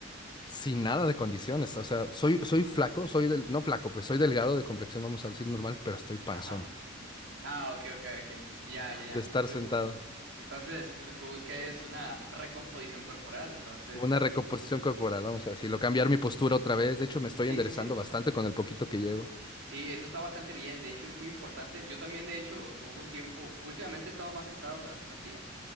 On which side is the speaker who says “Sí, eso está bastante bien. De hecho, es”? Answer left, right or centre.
Right